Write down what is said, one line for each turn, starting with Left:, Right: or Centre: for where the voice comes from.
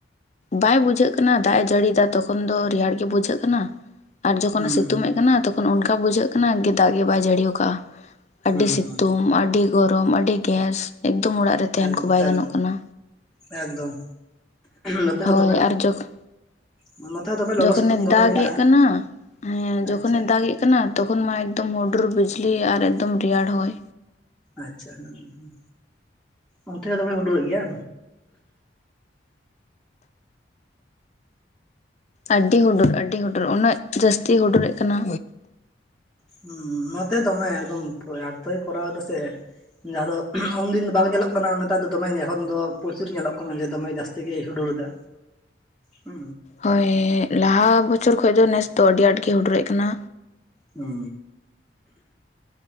Left: ᱵᱟᱭ ᱵᱩᱡᱷᱟᱹᱜ ᱠᱟᱱᱟ ᱫᱟᱜ ᱮ ᱡᱟᱹᱲᱤᱭᱟ ᱛᱚᱠᱷᱚᱱ ᱫᱚ ᱨᱮᱭᱟᱲ ᱜᱮ ᱵᱩᱡᱷᱟᱹᱜ ᱠᱟᱱᱟ ᱟᱨ ᱡᱚᱠᱷᱚᱱᱮ
Centre: ᱦᱩᱸ
Left: ᱥᱤᱛᱩᱝ ᱮᱫ ᱠᱟᱱᱟ ᱛᱚᱠᱷᱚᱱ ᱚᱱᱠᱟ ᱵᱩᱡᱷᱟᱹᱜ ᱠᱟᱱᱟ ᱫᱟᱜ ᱜᱮ ᱵᱟᱭ ᱡᱟᱹᱲᱤ ᱠᱟᱜ-ᱟ᱾ ᱟᱹᱰᱤ
Centre: ᱦᱩᱸ
Left: ᱥᱤᱛᱩᱝ
Centre: ᱦᱩᱸ
Left: ᱟᱹᱰᱤ ᱜᱚᱨᱚᱢ ᱟᱹᱰᱤ ᱜᱮᱥ ᱮᱠᱫᱚᱢ ᱚᱲᱟᱜ ᱨᱮ ᱛᱟᱦᱮᱱ
Centre: ᱮᱠ
Left: ᱠᱚ ᱵᱟᱭ
Centre: ᱮᱠ
Left: ᱜᱟᱱᱚᱜ᱾ ᱠᱟᱱᱟ
Centre: ᱮᱠᱫᱚᱢ ᱱᱚᱛᱮ ᱦᱚ
Left: ᱦᱳᱭ
Centre: ᱫᱚᱢᱮ
Left: ᱟᱨ ᱡᱚᱠ
Centre: ᱱᱚᱛᱮ ᱦᱚ ᱫᱚᱢᱮ ᱞᱚᱞᱚ
Left: ᱡᱚᱠᱷᱚᱱᱮ
Centre: ᱥᱤᱛᱩᱝ ᱫᱚᱢᱮ
Left: ᱫᱟᱜ
Centre: ᱢᱮᱱᱟᱜᱼᱟ
Left: ᱮᱫ ᱠᱟᱱᱟ ᱦᱮ ᱡᱚᱠᱷᱚᱱᱮ
Centre: ᱟᱪᱪᱷᱟ
Left: ᱫᱟᱜ ᱮᱫ ᱦᱩᱭᱩᱜ ᱠᱟᱱᱟ ᱛᱚᱠᱷᱚᱱ ᱢᱟ ᱮᱠᱫᱚᱢ ᱦᱩᱰᱩᱨ ᱵᱤᱡᱞᱤ ᱟᱨ ᱮᱠᱫᱚᱢ ᱨᱮᱭᱟᱲ ᱦᱚᱭ
Centre: ᱟᱪᱪᱷᱟ ᱦᱮᱸ ᱦᱮᱸ ᱚᱱᱛᱮ ᱦᱚ ᱫᱚᱢᱮ ᱦᱩᱰᱩᱨ ᱮᱜ ᱜᱮᱭᱟ
Left: ᱟᱹᱰᱤ ᱦᱩᱰᱩᱨ ᱟᱹᱰᱤ ᱦᱩᱰᱩᱨ ᱩᱱᱟᱹᱜ ᱡᱟᱹᱥᱛᱤ ᱦᱩᱰᱩᱨᱮᱜ ᱠᱟᱱᱟ
Centre: ᱦᱩ ᱱᱚᱛᱮ ᱫᱚᱢᱮ ᱮᱠᱫᱚᱢ ᱮᱛᱚᱭ ᱠᱚᱨᱟᱣ ᱫᱟ ᱥᱮ ᱡᱟᱦᱟᱸ ᱫᱚ ᱩᱱᱫᱤᱱ ᱫᱚ ᱵᱟᱝ ᱧᱮᱞᱚᱜ ᱠᱟᱱᱟ ᱱᱮᱛᱟᱨ ᱫᱚᱢᱮ ᱮᱠᱷᱚᱱ ᱫᱚ ᱯᱨᱚᱪᱩᱨ ᱧᱮᱞᱚᱜ ᱠᱟᱱᱟ ᱡᱮ ᱫᱚᱢᱮ ᱡᱟᱹᱥᱛᱤ ᱜᱮᱭ ᱦᱩᱰᱩᱨ ᱮᱫᱟ ᱦᱩ
Left: ᱦᱳᱭ ᱞᱟᱦᱟ ᱵᱚᱪᱷᱚᱨ ᱠᱷᱚᱱ ᱫᱚ ᱱᱮᱥ ᱫᱚ ᱟᱹᱰᱤ ᱟᱸᱴ ᱜᱮ ᱦᱩᱰᱩᱨᱚᱜ ᱠᱟᱱᱟ
Centre: ᱦᱳ